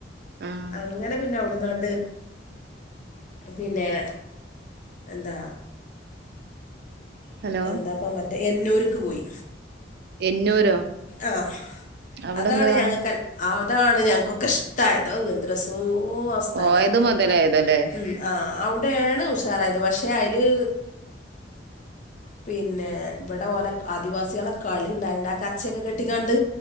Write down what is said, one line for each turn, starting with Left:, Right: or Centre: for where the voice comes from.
Right: ആഹ്
Left: അങ്ങനെ പിന്നെ അവിടുന്നാണ്ട് പിന്നെ എന്താ
Right: ഹലോ
Left: എന്താപ്പം മറ്റേ എന്നൂർക്ക് പോയി
Right: എന്നൂരോ
Left: ആഹ്
Right: അവിടെ
Left: അതാണ്
Right: എന്താ കാണാ
Left: ഞങ്ങൾക്ക് ആ അതാണ് ഞാക്കൊക്കെ ഇഷ്ടായത് എന്ദ്ര സോ ഓ സ്ഥലം
Right: പോയത് മുതലായതല്ലേ
Left: ഉ അവിടൊണ് ഉഷാർ പക്ഷെ അരിയ പിന്നെ ഇവിടെ പോലെ ആദിവാസികളെ കളി ഉണ്ടായിണ്ടാക്ക ക അച്ചയൊക്കെ കെട്ടിക്കാണ്ട്